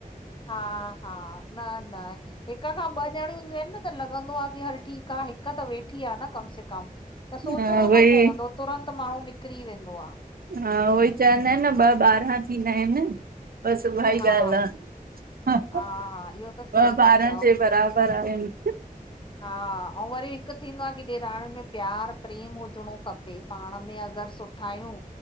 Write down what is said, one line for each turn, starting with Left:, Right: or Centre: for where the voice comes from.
Left: हां-हां। न-न, हिक खां ॿ डणियूं हुदियूं ईन। त लॻंदो आ की हल ठीकु आ हिक त वेठी आ न कम से कम त सोचणो
Right: हा वई
Left: न पवंदो आहे। तुरंत माण्हू निकिरी वेंदो आ।
Right: हां, उहो ई चवंदा आहिन न ॿ ॿारा थींदा आहिन बस उहा ई
Left: हा
Right: ॻाल्ह आ। <unintelligible>
Left: हा हा इहो त सही
Right: ॿ
Left: ता
Right: ॿारन
Left: चओ
Right: जे बराबर आहिन।
Left: हा वरी हिक थींदो आ की ॾेराणीण में प्यार प्रेम हुजणो खपे पाण में अगर सुठो। सुठा आयूं